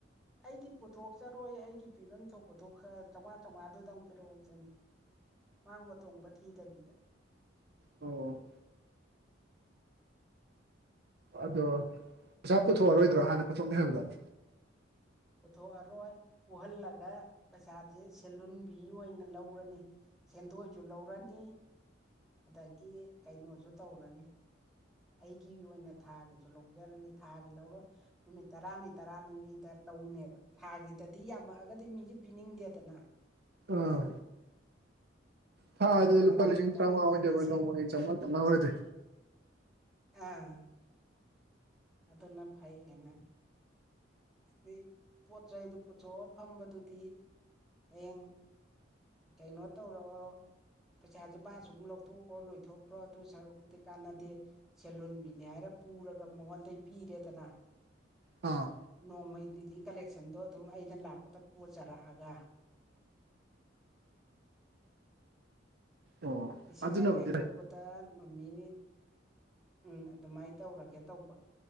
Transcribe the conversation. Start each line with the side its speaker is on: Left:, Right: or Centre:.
Centre: ꯑꯩꯗꯤ ꯄꯨꯊꯣꯛꯆꯔꯣꯏ ꯑꯩꯒꯤ ꯄꯤꯐꯝ ꯊꯣꯛꯄꯗꯣ ꯈꯔ ꯆꯧꯉꯥ ꯆꯧꯉꯥꯗꯨꯗꯪ ꯄꯤꯔꯛꯎꯗꯅꯤ꯫ ꯃꯥꯡꯕ ꯇꯣꯡꯕ ꯊꯤꯗꯕꯤꯗ꯫
Right: ꯑꯣ ꯑꯗꯣ ꯄꯩꯁꯥ ꯄꯨꯊꯣꯛꯑꯔꯣꯏꯗ꯭ꯔꯣ ꯍꯥꯟꯅ ꯄꯨꯊꯣꯛꯅꯤ ꯍꯥꯏꯕꯗꯣ꯫
Centre: ꯄꯨꯊꯣꯛꯑꯔꯣꯏ ꯄꯨꯍꯜꯂꯒ ꯄꯩꯁꯥꯁꯦ ꯁꯦꯜ ꯂꯨꯟꯕꯤ ꯑꯣꯏꯅ ꯂꯧꯔꯅꯤ꯫ ꯁꯦꯟꯗꯣꯏꯁꯨ ꯂꯧꯔꯅꯤ꯫ ꯑꯗꯒꯤ ꯀꯩꯅꯣꯖꯨ ꯇꯧꯔꯅꯤ꯫ ꯑꯩꯒꯤ ꯑꯣꯏꯅ ꯊꯥꯒꯤꯖꯨ ꯂꯧꯖꯔꯅꯤ ꯊꯥꯒꯤ ꯂꯧꯔꯣꯏ꯫ ꯅꯨꯃꯤꯠ ꯇꯔꯥꯅꯤ ꯇꯔꯥꯅꯤꯃꯤꯗ ꯂꯧꯅꯦꯕ꯫ ꯊꯥꯒꯤꯗꯗꯤ ꯌꯥꯝꯃꯛꯑꯒꯗꯤ ꯃꯤꯖꯦ ꯄꯤꯅꯤꯡꯗꯦꯗꯅ꯫
Right: ꯑꯥ ꯊꯥꯗꯗꯤ
Centre: ꯑꯗꯨꯅ
Right: ꯂꯨꯄꯥ
Centre: ꯇꯔꯥꯅꯤ
Right: ꯂꯤꯁꯤꯡ
Centre: ꯇꯔꯥꯅꯤ
Right: ꯇꯔꯥꯎꯉꯥ ꯑꯣꯏꯗꯕ
Centre: ꯑꯗꯩ ꯁꯦꯟ
Right: ꯅꯣꯡꯃꯒꯤ ꯆꯝꯉꯥ ꯆꯝꯉꯥ ꯑꯣꯏꯔꯗꯤ
Centre: ꯑꯥ ꯑꯗꯨꯅ ꯐꯩꯌꯦꯅꯦ ꯍꯥꯏꯗꯤ ꯄꯣꯠ ꯆꯩꯩꯗꯨ ꯄꯨꯊꯣꯛꯑ ꯐꯝꯕꯗꯨꯗꯤ ꯍꯌꯦꯡ ꯀꯩꯅꯣ ꯇꯧꯔꯛꯑꯣ ꯄꯩꯁꯥꯖꯦ ꯃꯥ ꯁꯨꯝ ꯂꯧꯊꯣꯛꯈ꯭ꯔꯣ ꯂꯣꯏꯊꯣꯛꯈ꯭ꯔꯣ ꯑꯗꯨ ꯁꯔꯨꯛꯄꯨꯗꯤ ꯀꯥꯟꯅꯗꯦ ꯁꯦꯜ ꯍꯨꯟꯕꯤꯅꯤ ꯍꯥꯏꯔ ꯄꯨꯔꯒ ꯃꯉꯣꯟꯗꯩ ꯄꯤꯔꯦꯗꯅ
Right: ꯑꯥ
Centre: ꯅꯣꯡꯃꯩ ꯗꯤꯜꯂꯤ ꯀꯂꯦꯛꯁꯟꯗꯣ ꯑꯗꯨꯝ ꯑꯩꯅ ꯂꯥꯛꯄꯗ ꯄꯨꯖꯔꯛꯑꯒ
Right: ꯑꯣ
Centre: ꯂꯤꯁꯤꯡ
Right: ꯑꯗꯨꯅꯕꯨꯗꯤ
Centre: ꯌꯥꯡꯈꯩ ꯂꯧꯕꯗ
Right: ꯂꯩ
Centre: ꯅꯨꯃꯤꯠ ꯎꯝ ꯑꯗꯨꯃꯥꯏ ꯇꯧꯔꯒꯦ ꯇꯧꯕ